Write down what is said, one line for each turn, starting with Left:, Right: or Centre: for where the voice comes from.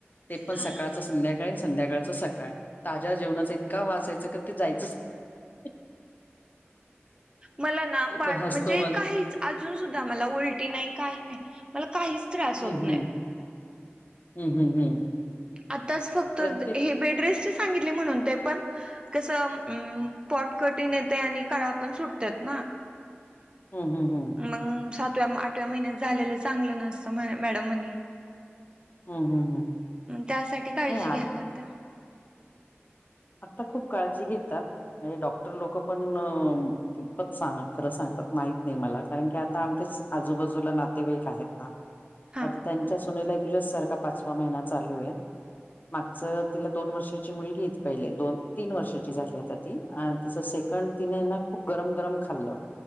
Left: ते पण
Right: हा
Left: सकाळच संध्याकाळी आणि संध्याकाळचं सकाळ काय ताज्या जेवणाचा इतका वासा यायचा का ते जायचंच नाही.
Right: मला ना
Left: तो
Right: म्हणजे
Left: तो हसतो मला
Right: काय अजून सुद्धा मला उलटी नाही काही नाही मला काहीच त्रास
Left: हम्म
Right: होत नाही.
Left: हम्म. हम्म, हम्म, हम्म.
Right: आत्ताच फक्त
Left: प्रत्येक
Right: हे बेडरेस्ट सांगितले म्हणून ते पण कसं पोट कठीण येते आणि काळा पण सुटतात ना.
Left: हम्म, हम्म, हं.
Right: मग सातव्या, आठव्या महिन्यात झालेलं चांगलं नसतं मॅडम म्हणे.
Left: हम्म हम्म हम्म
Right: त्यासाठी काळजी
Left: नाही
Right: घ्यायला
Left: आ
Right: लागते.
Left: आता खूप काळजी घेतात म्हणजे डॉक्टर लोक पण कितपत सांग खरं सांगतात माहत नाही मला कारण की आता आमच्याच आजूबाजूला नातेवाईक आहेत ना.
Right: हा
Left: आता त्यांच्या सुनेला तुझ्याच सारखा पाचवा महिना चालू आहे मागच तिला दोन वर्षाची मुलगीच पहिले दोन, तीन वर्षाची झाली आता ती तिचं सेकंड तिने ना खूप गरम, गरम खाल्लं